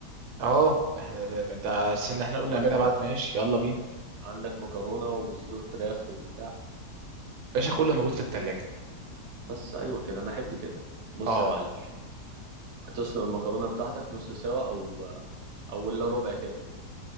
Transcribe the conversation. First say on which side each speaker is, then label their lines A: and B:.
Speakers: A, on the right; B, on the right.
A: اه احنا ده- ده- ده- استنى احنا قلنا
B: خلاص
A: نعملها
B: يا
A: بعد
B: باشا
A: ماشي يلا بينا
B: عندك مكرونه وصدور فراخ وبتاع
A: باشا كله موجود في التلاجة
B: بس ايوه كده انا احب كده بص
A: اه
B: يا معلم هتسلق المكرونه بتاعتك نص سوا او او الا ربع كده